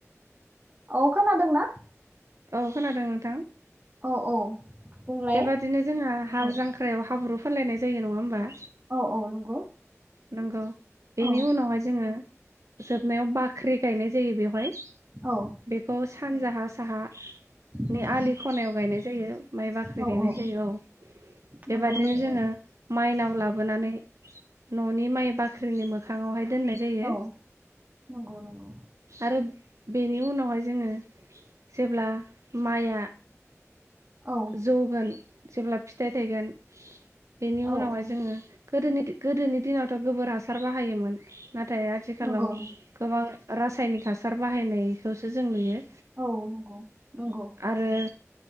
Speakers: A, on the right; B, on the right.
A: औ खोनादोंना।
B: औ खोनादों नोंथां।
A: औ औ। बुंलाय
B: बेबादिनो जोंहा हाल
A: औ
B: जांख्रायाव हाब्रु फुनलायनाय जायो नङा होनोमबा
A: औ औ नंगौ।
B: नोंगौ। बेनि
A: औ
B: उनावहाय जोङो जोबनायाव बाख्रि गायनाय जायो बेवहाय।
A: औ
B: बेखौ सानजाहा साहानि
A: नंगौ
B: आलि खनायाव गायनाय जायो माइ बाख्रि
A: औ
B: गायनाय
A: औ
B: जायो औ
A: नंगौ
B: बेबादिनो
A: नोंथां
B: जोङो माइनाव लाबोनानै न'नि माइ बाख्रिनि मोखाङावहाय दोननाय जायो
A: औ नंगौ नंगौ
B: आरो। बेनि उनावहाय जोङो जेब्ला माइआ।
A: औ
B: जौगोन जेब्ला फिथाइ थायगोन बेनि उनावहाय
A: औ औ
B: जोङो। गोदोनि गोदोनि दिनावथ' गोबोर हासार बाहायोमोन। नाथाय आथिखालाव
A: नंगौ नंगौ
B: गोबां रासायनिक हासार बाहायनाय। खौसो जों लुयो।
A: औ नंगौ। नंगौ
B: आरो।